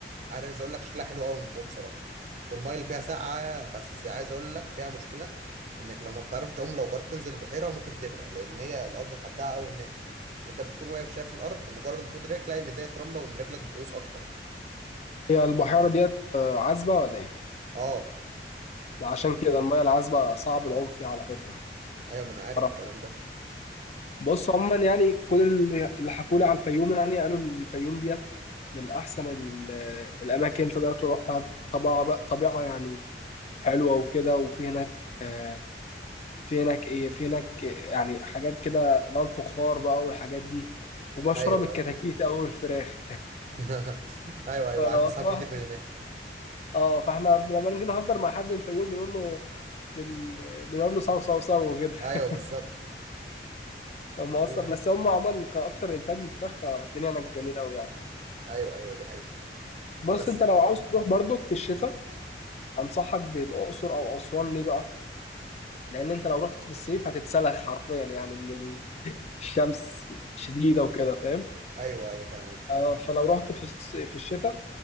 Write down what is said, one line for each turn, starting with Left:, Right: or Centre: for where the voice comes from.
Right: عايز اقول لك شكلها حلو قوي من فوق بصراحه والميه اللي فيها ساقعه بس عايز اقول لك فيها مشكله انك لو ما بتعرفش تعوم لو قررت تنزل البحيره ممكن تغرق لان هي الارض خداعه قوي هناك انت بتكون واقف شايف الارض مجرد ما تحط رجلك تلاقي ان ديت رمله وان رجلك بتغوص اكتر
Left: هي البحيره ديت آه، عذبه ولا ايه
Right: اه
Left: ما عشان كده الميه العذبه صعب العوم فيها على فكره
Right: ايوه ما انا عارف
Left: أعرف.
Right: الكلام ده
Left: بص عموما يعني كل اللي اللي حكولي على الفيوم يعني قالوا الفيوم ديت من احسن ال- الاماكن تقدر تروحها طبيعه بقى طبيعه يعني حلوه وكده وفي هناك آه، في هناك ايه في هناك يعني حاجات كده اللي هو الفخار بقى والحاجات دي ومشهوره
Right: ايوه
Left: بالكتاكيت
Right: ايوه
Left: او الفراخ
Right: <laughs> ايوه ايوه
Left: <laughs> فلو
Right: عندي صحاب
Left: هتروح
Right: كتير من هناك
Left: اه فاحنا لما نيجي نهزر مع حد من الفيوم بنقول له بن... بنقول له صو صو صو كده
Right: ايوه بالظبط
Left: <laughs> هم اصلا
Right: لا
Left: بس هم عموما كاكتر انتاج للفراخ فالدنيا هناك جميله قوي يعني
Right: ايوه ايوه دي حقيقه
Left: بص
Right: بس
Left: انت لو عاوز تروح برضك في الشتاء انصحك بالاقصر او اسوان ليه بقى لان انت لو رحت في الصيف هتتسلخ حرفيا يعني من الشمس شديده وكده فاهم
Right: ايوه ايوه فاهم
Left: آه، فلو رحت في الص- في الشتاء